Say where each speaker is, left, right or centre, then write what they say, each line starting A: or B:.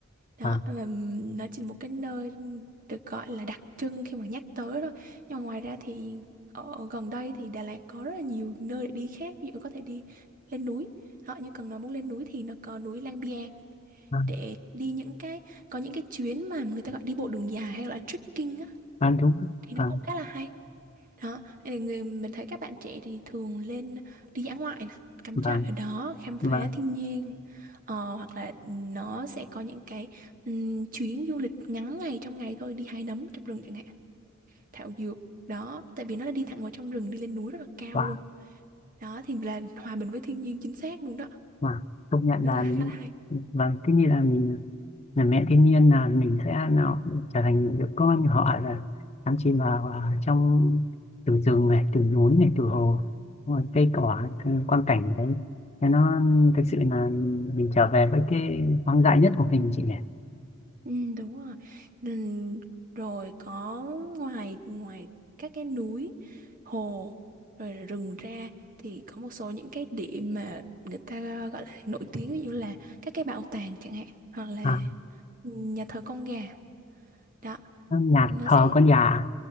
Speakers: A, on the right; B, on the left.
A: đó
B: vâng
A: và ừm, nó chỉ một cái nơi được gọi là đặc trưng khi mà nhắc tới thôi nhưng mà ngoài ra thì ở gần đây thì Đà Lạt có rất là nhiều nơi để đi khác ví dụ có thể đi lên núi họ như cần nói muốn lên núi thì nó có núi Lang Biang
B: vâng
A: để đi những cái có những cái chuyến mà người ta gọi đi bộ đường dài hay là trekking á
B: vâng, đúng
A: thì nó
B: vâng
A: cũng khá là hay đó hay là người mình thấy các bạn trẻ thì thường lên đi dã ngoại nè cắm
B: vâng
A: trại ở đó khám phá
B: vâng
A: thiên nhiên Ờ, hoặc là nó sẽ có những cái ừm, chuyến du lịch ngắn ngày trong ngày thôi đi hái nấm trong rừng chẳng hạn thảo dược đó tại vì nó là đi thẳng vào trong rừng đi lên núi rất là cao
B: và
A: luôn đó thì là hòa mình với thiên nhiên chính xác luôn đó
B: và công nhận
A: thì nó
B: là
A: là khá là hay
B: vâng cái như là mình là mẹ thiên nhiên là mình sẽ nào trở thành những đứa con của họ là đắm chìm vào à, trong từ rừng này từ núi này từ hồ Đúng rồi, cây cỏ cái quang cảnh đấy thế nó thực sự là mình trở về với cái hoang dại nhất của mình chị nhỉ
A: ừ, đúng rồi Nên- rồi có ngoài ngoài các cái núi hồ rồi là rừng ra thì có một số những cái điểm mà người ta gọi là nổi tiếng ví dụ như là các cái bảo tàng chẳng hạn hoặc là
B: à
A: nhà thờ con gà đó
B: nhà
A: nó
B: thờ
A: sẽ
B: con gà